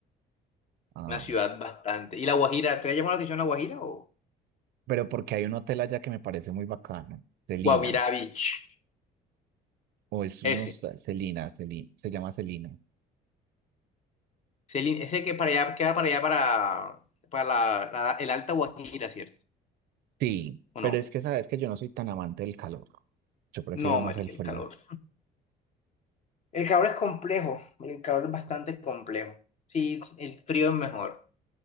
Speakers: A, on the right; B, on the left.
A: Ah,
B: Una ciudad bastante. ¿Y La Guajira? ¿Te ha llamado la atención La Guajira o
A: pero porque hay un hotel allá que me parece muy bacano, Celina,
B: Guavirá Beach?
A: o es
B: Ese.
A: unos Celina, Celina, se llama Celina.
B: Ese, li- ese que para allá, queda para allá, para, para la- la- el Alta Guajira, ¿cierto?
A: Sí,
B: ¿O
A: pero
B: no?
A: es que sabes que yo no soy tan amante del calor. Yo prefiero
B: No,
A: más
B: marica,
A: el frío.
B: el calor. El calor es complejo, el calor es bastante complejo. Sí, el frío es mejor.